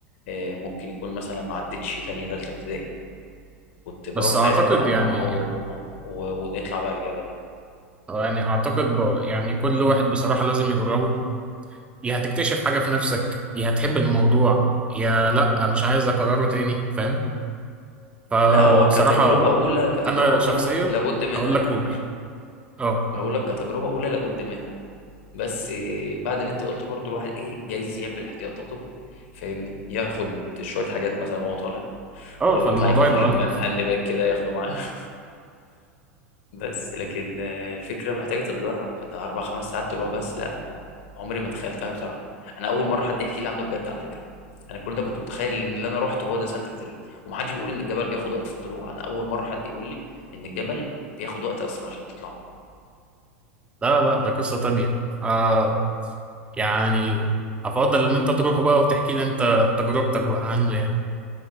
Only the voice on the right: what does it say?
بس
أعتقد
يعني
يعني أعتقد ب... يعني كل واحد بصراحة لازم يجربه يا هتكتشف حاجة في نفسك يا هتحب الموضوع يا لأ مش عايز أكرره تاني فاهم فبصراحة
أنا
شخصيا
هقول لك
روح اه
اه
فالموضوع
يبقى
ألطف
لا لا ده قصة تانية آه يعني أفضل إن أنت تروح بقى وتحكي لي أنت تجربتك بقى عنه يعني